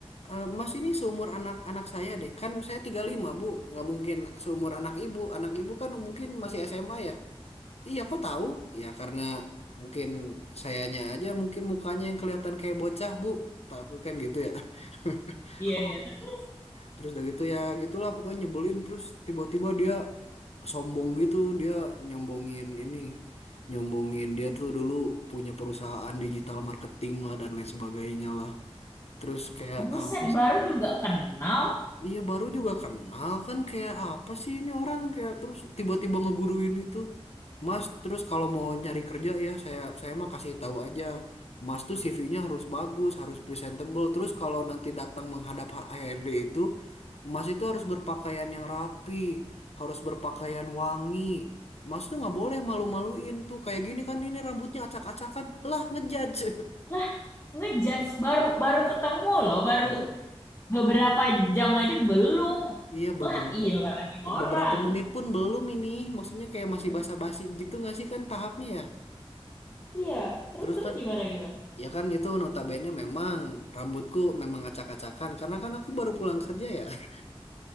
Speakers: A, on the left (about 75°); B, on the left (about 30°).
A: eh, Mas ini seumur anak-anak saya deh. Kan saya 35 Bu, nggak mungkin seumur anak Ibu. Anak Ibu kan mungkin masih SMA ya. Iya, kok tahu? Ya karena mungkin sayanya aja mungkin mukanya yang kelihatan kayak bocah Bu. Takut kan gitu ya. <laughs>
B: Iya, iya, terus-terus.
A: Terus udah gitu ya gitulah pokoknya nyebelin terus tiba-tiba dia sombong gitu dia nyombongin ini nyombongin dia tuh dulu punya perusahaan digital marketing lah dan lain sebagainya lah. Terus kayak
B: Buset,
A: ah, apa
B: baru juga kenal.
A: Iya baru juga kenal kan kayak apa sih ini orang kayak terus tiba-tiba ngeguruin itu. Mas terus kalau mau nyari kerja ya saya saya mah kasih tahu aja. Mas tuh CV-nya harus bagus, harus presentable. Terus kalau nanti datang menghadap HRD itu, Mas itu harus berpakaian yang rapi, harus berpakaian wangi. Mas tuh nggak boleh malu-maluin tuh kayak gini kan ini rambutnya acak-acakan. Lah ngejudge.
B: Lah, ngejudge baru baru ketemu loh, baru
A: <laughs> Baru
B: beberapa jam aja belum.
A: Iya beberapa
B: Lah, ilah nih orang.
A: beberapa menit pun belum ini maksudnya kayak masih
B: Hmm.
A: basa-basi gitu nggak sih kan tahapnya ya
B: Iya, terus-terus
A: terus kan
B: gimana gimana?
A: ya kan itu notabene memang rambutku memang acak-acakan karena kan aku baru pulang kerja ya <laughs>